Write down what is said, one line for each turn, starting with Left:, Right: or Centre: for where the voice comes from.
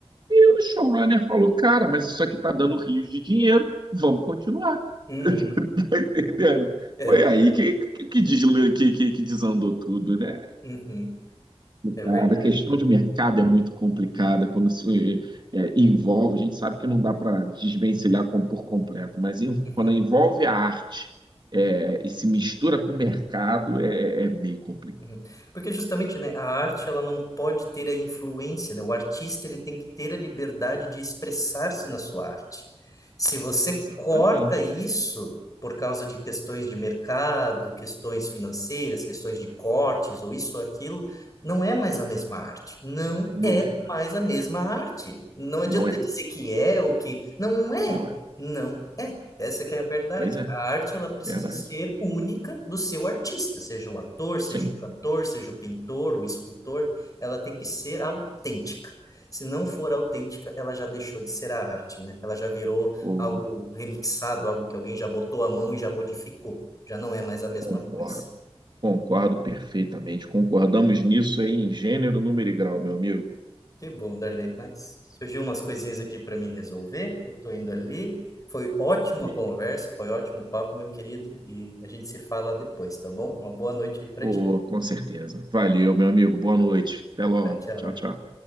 Right: E o showrunner falou, cara, mas isso aqui tá dando rios de dinheiro, vamos continuar. <laughs>
Left: Uhum,
Right: Tá entendendo?
Left: é
Right: Foi
Left: verdade.
Right: aí que, que, que, desla- que- que- que desandou tudo, né?
Left: Uhum, é
Right: Cara,
Left: verdade.
Right: a questão
Left: é verdade.
Right: de mercado é muito complicada quando se é, é, envolve. A gente sabe que não dá para desvencilhar com- por completo, mas em-
Left: Uhum.
Right: quando envolve a arte é, e se mistura com o mercado, é, é meio complicado.
Left: Uhum. Porque justamente, né, a arte ela não pode ter a influência, né? O artista ele tem que ter a liberdade de expressar-se na sua arte. Se você
Right: Exatamente.
Left: corta isso por causa de questões de mercado, questões financeiras, questões de cortes ou isso ou aquilo, não é mais a mesma arte. Não
Right: Não
Left: é
Right: é,
Left: mais a mesma arte. Não adianta
Right: não é,
Left: dizer que é ou que não é.
Right: não é.
Left: Não é. Essa que é a verdade.
Right: Pois é,
Left: A arte ela precisa
Right: verdade.
Left: ser única do seu artista, seja o ator, seja
Right: Sim,
Left: o cantor, seja o pintor, o escultor, ela tem que ser autêntica. Se não for autêntica, ela já deixou de ser a arte, né? Ela já virou
Right: pô,
Left: algo remixado, algo que alguém já botou a mão e já modificou. Já não é mais a mesma
Right: concordo.
Left: coisa.
Right: Concordo perfeitamente. Concordamos nisso em gênero, número e grau, meu amigo.
Left: Que bom, Darley, mas surgiu umas coisinhas aqui para mim resolver. Eu tô indo ali. Foi ótima
Right: Beleza.
Left: a conversa, foi ótimo o papo, meu querido, e a gente se fala depois, tá bom? Uma boa noite aí para
Right: Pô,
Left: ti.
Right: com certeza. Valeu, meu amigo. Boa noite. Até logo.
Left: Tchau, tchau.
Right: Tchau, tchau.